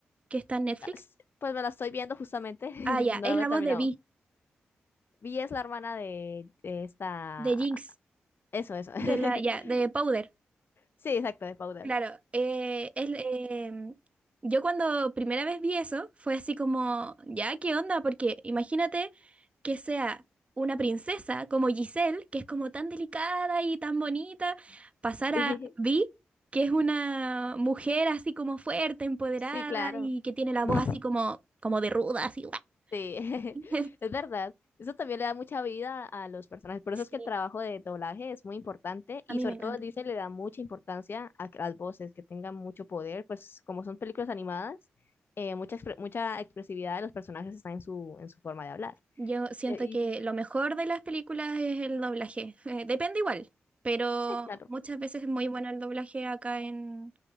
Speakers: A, on the right; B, on the left.
A: que está en Netflix.
B: Ah, s- Pues me la estoy viendo justamente. <laughs>
A: Ah, ya,
B: No
A: es
B: la
A: la
B: he terminado.
A: voz de Vi,
B: Vi es la hermana de, de esta.
A: de Jinx,
B: Eso, eso.
A: de la, ya,
B: <laughs>
A: de Powder.
B: Sí, exacto, de Powder.
A: Claro, eh, es, em, yo cuando primera vez vi eso fue así como, ya, ¿qué onda? Porque imagínate que sea una princesa como Giselle, que es como tan delicada y tan bonita, pasar
B: <laughs> Sí,
A: a Vi, que es una mujer así como fuerte, empoderada
B: sí, claro.
A: y que tiene la
B: <laughs>
A: voz así como, como de ruda, así.
B: Sí, <laughs>
A: <laughs>
B: es verdad. Eso también le da mucha vida a los personajes. Por
A: Sí,
B: eso es que el trabajo de doblaje es muy importante y
A: a mí
B: sobre
A: me encanta.
B: todo dice le da mucha importancia a que las voces, que tengan mucho poder, pues como son películas animadas, eh, mucha, expre- mucha expresividad de los personajes está en su, en su forma de hablar.
A: Yo siento
B: Y,
A: que
B: y- y-
A: lo mejor de las películas es el doblaje. Eh, depende igual, pero
B: sí, claro.
A: muchas veces es muy bueno el doblaje acá en,